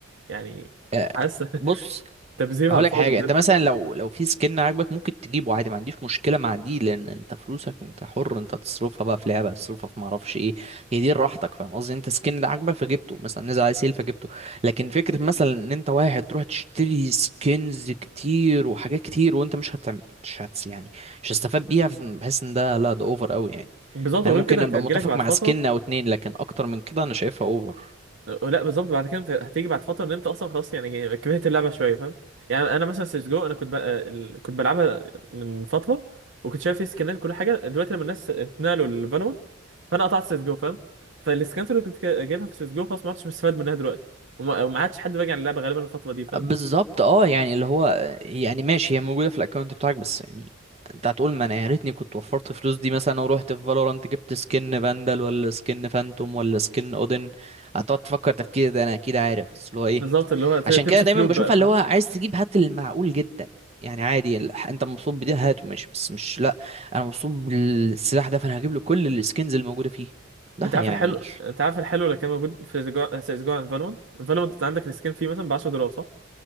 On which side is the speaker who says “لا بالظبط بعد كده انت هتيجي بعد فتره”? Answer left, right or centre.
Right